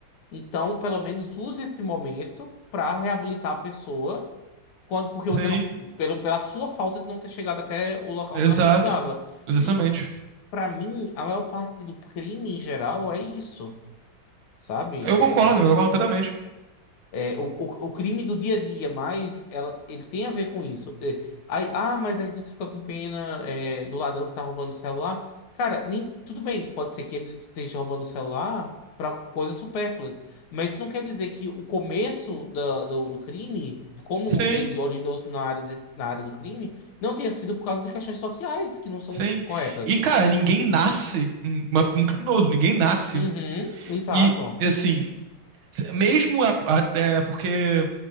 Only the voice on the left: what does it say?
então pelo menos use esse momento para reabilitar a pessoa quando porque você
não pelo, pela sua falta de não ter chegado até o local
onde ela precisava.
E Pra mim, a maior parte do crime em geral é isso, sabe?
É,
é-
é o, o, o crime do dia a dia, mas ela, ele tem a ver com isso. É, aí, ah, mas aí você fica com pena, é, do ladrão que tá roubando o celular. Cara, nem, tudo bem, pode ser que ele esteja roubando o celular pra coisas supérfluas, mas isso não quer dizer que o começo da, do, do crime, como
ele originou-se na área, desse- na área do crime, não tenha sido por causa de questões sociais que não são
corretas.
Uhum, exato.